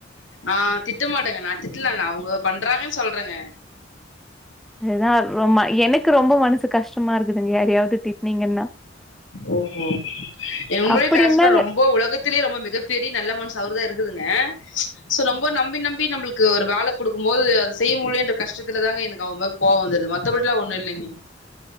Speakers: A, on the left (about 85°); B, in the centre.
A: ஆ திட்ட மாட்டேங்க நா திட்டலங்க அவுங்க பண்றாங்கானு சொல்றேங்க
B: அதுதா ரொம் எனக்கு ரொம்ப மனசு கஷ்டமா இருக்குதுங்க யாரையாவது திட்னீங்கன்னா
A: ஓஹோ என்னுடைய
B: அப்டின்னா
A: கரச்பா ரொம்ப உலகத் திலே ரொம்ப மிகப்பெரிய நல்ல மன்சு அவர் தா இருக்குதுங்க சோ ரொம்ப நம்பி நம்பி நம்ளுக்கு ஒரு வேலக் குடுக்கும் போது அது செய்ய முடியலயேன்ற கஷத்துலதாங்க எனக்கு அவங்க மேல கோவோ வந்துருது மத்தபடி எல்லா ஒண்ணு இல்லைங்க